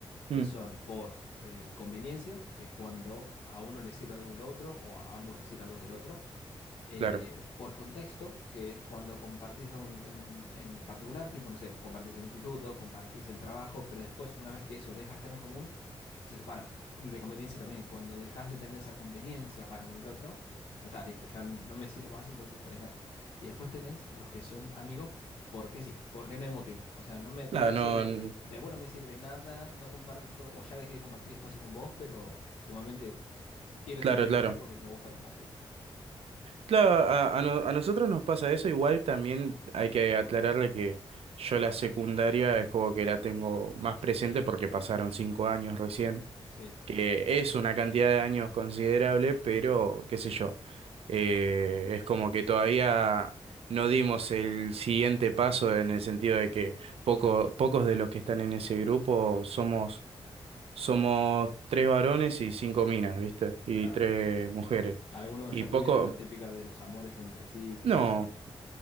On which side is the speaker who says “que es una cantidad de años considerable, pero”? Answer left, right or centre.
Right